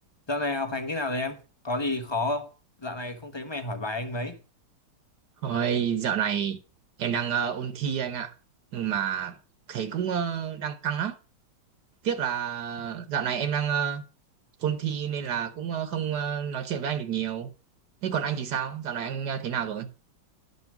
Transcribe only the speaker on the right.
Ôi, dạo này em đang ờ, ôn thi anh ạ. Nhưng mà thấy cũng ờ, đang căng lắm. Tiếc là dạo này em đang ờ, ôn thi nên là cũng ờ, không ờ, nói chuyện với anh được nhiều. Thế còn anh thì sao? Dạo này anh ờ, thế nào rồi?